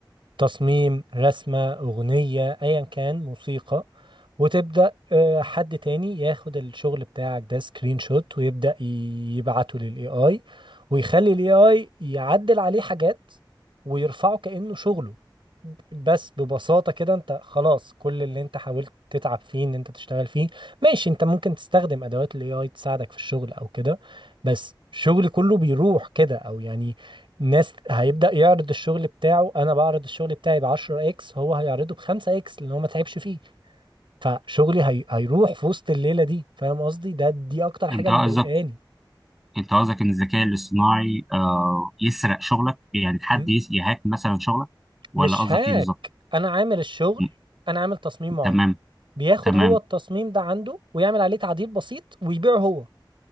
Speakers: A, on the right; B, in the centre.
A: تصميم رسمة أغنية أيا كان موسيقى وتبدأ آه، حد تاني ياخد الشغل بتاعك ده سكرين شوت ويبدأ ي- يبعته للاي اي ويخلي الاي اي يعدل عليه حاجات ويرفعه كأنه شغله بس ببساطة كده انت خلاص كل اللي انت حاولت تتعب فيه ان انت تشتغل فيه ماشي انت ممكن تستخدم ادوات الاي اي تساعدك في الشغل او كده بس شغلي كله بيروح كده او يعني ناس هيبدأ يعرض الشغل بتاعه انا بعرض الشغل بتاعي ب 10 اكس هو هيعرضه ب 5 اكس لان هو ما تعبش فيه فشغلي هي... هيروح في وسط الليلة دي فاهم قصدي ده دي اكتر حاجة
B: انت
A: مضايقاني
B: قصدك انت قصدك ان الذكاء الاصطناعي آه، يسرق شغلك يعني حد
A: م?
B: يس- يهاك مثلا شغلك ولا
A: مش
B: قصدك
A: هاك
B: ايه بالظبط
A: انا عامل الشغل
B: م-
A: انا عامل تصميم معين
B: تمام
A: بياخد
B: تمام
A: هو التصميم ده عنده ويعمل عليه تعديل بسيط ويبيعه هو